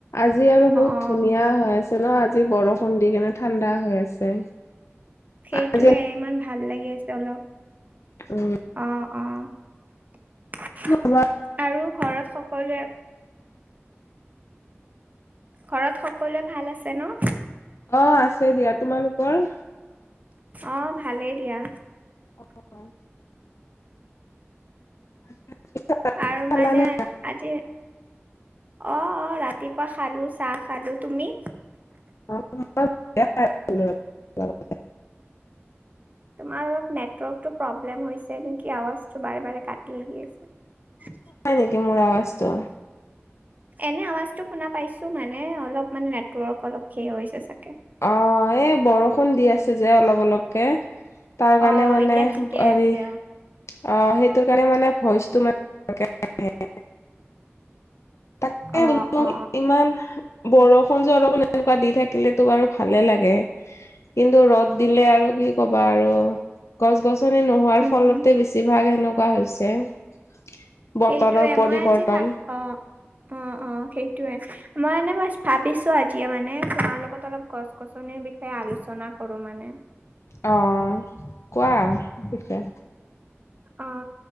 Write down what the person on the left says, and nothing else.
আজি আৰু বহুত
ধুনীয়া হৈ ন, আজি বৰষুণ দি কেনে ঠাণ্ডা হৈ আছে।
আজি
উম
<unintelligible>
অ', আছে দিয়া তোমালোকৰ?
অ', <unintelligible>
খালানে
অ লাগে
নেকি মোৰ আৱাজটো
অ এই বৰষুণ দি আছে যে অলপ অলপকে তাৰ
কাৰণে মানে
হেৰি
অ সেইটোৰ কাৰণে মানে ভইচো মান তাকে
বোলো
ইমান বৰষুণ চৰষুণ এনেকুৱা দি থাকিলেেতো বাৰু ভালে লাগে কিন্তু ৰ'দ দিলে আৰু কি কবা আৰু গছ গছনি নোহোৱাৰ
ফলতে বেছিভাগ এেনেকুৱা হৈছে বতৰৰ
পৰিৱৰ্তন
অ কোৱা পষ